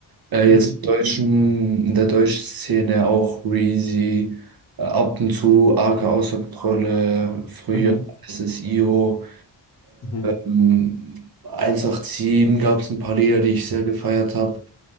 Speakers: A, on the right (about 50°); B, on the left (about 35°).
A: Äh,
B: mhm,
A: jetzt im deutschen, in der deutschen Szene auch Reezy, äh, ab und zu Arke außer Kontrolle, früher
B: mhm,
A: SSIO,
B: mhm,
A: ähm, 187 gab es ein paar Lieder, die ich sehr gefeiert habe.